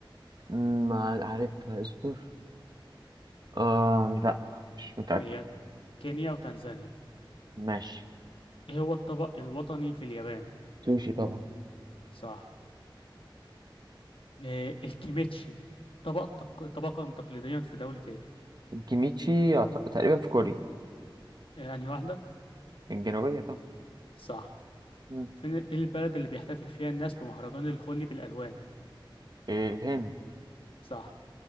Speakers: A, on the right; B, on the left.
A: أمم، ع- عارفها اصبر آه لا مش متأكد
B: هي كينيا وتنزانيا
A: ماشي
B: ايه هو الطبق الوطني في اليابان
A: سوشي طبعا
B: صح آه، الكيميتشي طبق تق... طبقا تقليديا في دولة ايه؟
A: الكيميتشي يعت- تقريبا في كوريا
B: آه، أنهي واحدة؟
A: الجنوبية طبعا
B: صح
A: مم.
B: فين إيه البلد اللي بيحتفل فيها الناس بمهرجان الهولي بالألوان؟
A: إيه، الهند
B: صح